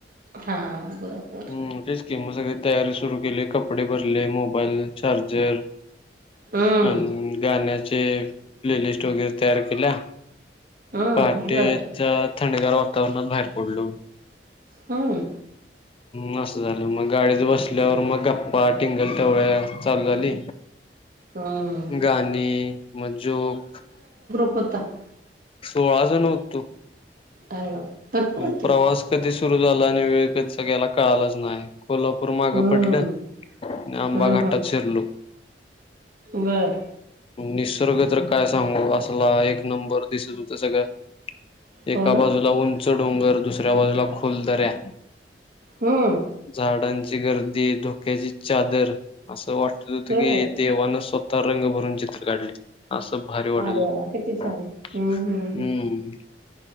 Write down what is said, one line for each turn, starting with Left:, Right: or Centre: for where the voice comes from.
Right: हा बरोबर
Left: हम्म तेच की मग सगळी तयारी सुरू केली कपडे भरले मोबाईल चार्जर
Right: हम्म
Left: अ गाण्याचे प्लेलिस्ट वगैरे तयार केल्या
Right: हम्म
Left: पहाटेच्या
Right: बर
Left: थंडेगार वातावरणात बाहेर पडलो
Right: हम्म
Left: मसं झालं मग गाडीत बसल्यावर मग गप्पा टिंगल टवळ्या चालू झाली
Right: हम्म
Left: गाणी मग जोक.
Right: कत्ता <unintelligible>
Left: पळाज नव होततो
Right: <unintelligible>
Left: मग
Right: होते
Left: प्रवास कधी सुरू झाला आणि वेळ कसा गेला ला कळालाच नाही. कोल्हापूर मागं
Right: हम्म
Left: पडलं आणि आंबा
Right: हम्म
Left: घाटात
Right: हम्म
Left: शिरलो.
Right: बर
Left: निसर्ग तर काय सांगू? असला एक नंबर दिसत होतं सगळं.
Right: हो
Left: एका
Right: ना
Left: बाजूला उंच डोंगर, दुसऱ्या बाजूला खोल दऱ्या.
Right: हम्म
Left: झाडांची गर्दी, धोक्याची चादर असं.. असं वाटत होत
Right: बर
Left: की देवानं स्वतः रंग भरून चित्र काढले. असं भारी वाटाय...
Right: अरे वा किती छान
Left: हं.
Right: हम्म हम्म हम्म